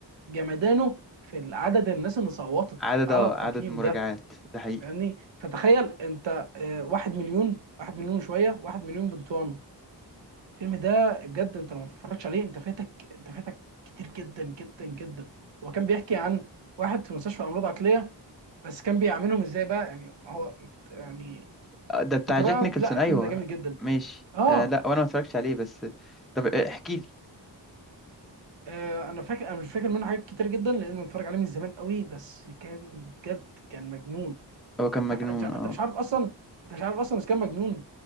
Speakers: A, on the right; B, in the centre.
A: جمدانه في عدد الناس اللي صوتت
B: <laughs> عدد
A: على
B: اه
A: التقييم
B: عدد المراجعات
A: ده
B: ده حقيقي
A: فاهمني فتخيل انت آه، واحد مليون واحد مليون وشويه واحد مليون بنت وان الفيلم ده بجد انت لو ما اتفرجتش عليه انت فاتك انت فاتك كتير جدا جدا جدا هو كان بيحكي عن واحد في مستشفى امراض عقليه بس كان بيعاملهم ازاي بقى يعني هو يعني
B: آه، ده بتاع
A: بطريقه
B: جاك نيكلسون
A: لا
B: ايوه
A: الفيلم ده جامد جدا
B: ماشي
A: اه
B: آه لا وانا ما اتفرجتش عليه بس طب آه، احكي لي
A: آه، انا فاكر انا مش فاكر منه حاجات كتير جدا لانه بتفرج عليه من زمان قوي بس كان بجد كان مجنون
B: هو كان
A: كان
B: مجنون
A: تف... انت انت
B: اه
A: مش عارف اصلا انت مش عارف اصلا اذا كان مجنون